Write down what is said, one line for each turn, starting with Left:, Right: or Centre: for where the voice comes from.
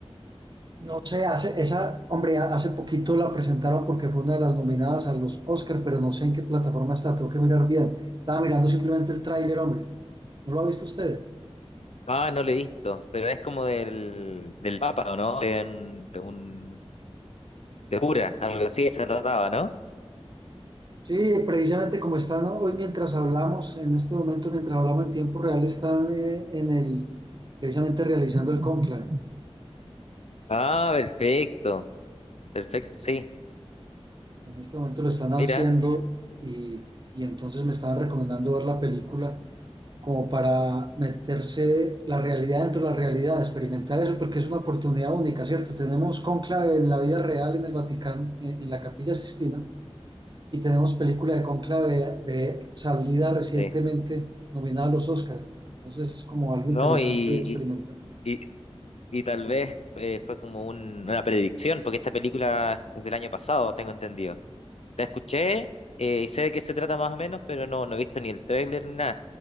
Right: No sé, hace, esa, hombre, ha- hace poquito la presentaron porque fue una de las nominadas a los Oscar, pero no sé en qué plataforma está, tengo que mirar bien. Estaba mirando simplemente el tráiler, hombre. ¿No lo ha visto usted?
Left: Ah, no la he visto, pero es como del, del Papa, ¿o no? De un, de un- de cura, algo así se trataba, ¿no?
Right: Sí, precisamente como están hoy mientras hablamos, en este momento, mientras hablamos en tiempo real, están eh, en el, precisamente realizando el cónclave.
Left: Ah, perfecto, perfecto, sí.
Right: En este momento lo están haciendo
Left: Mira,
Right: y, y entonces me estaban recomendando ver la película como para meterse la realidad dentro de la realidad, experimentar eso, porque es una oportunidad única, ¿cierto? Tenemos cónclave en la vida real en el Vaticano, en, en la Capilla Sistina, Y tenemos película de Conclave de salida recientemente
Left: sí.
Right: nominada a los Oscar. Entonces es como algo
Left: No,
Right: interesante
Left: y,
Right: de experimentar.
Left: y, y, y tal vez eh, fue como un- una predicción, porque esta película es del año pasado, tengo entendido. La escuché eh, y sé de qué se trata más o menos, pero no, no he visto ni el tráiler ni nada.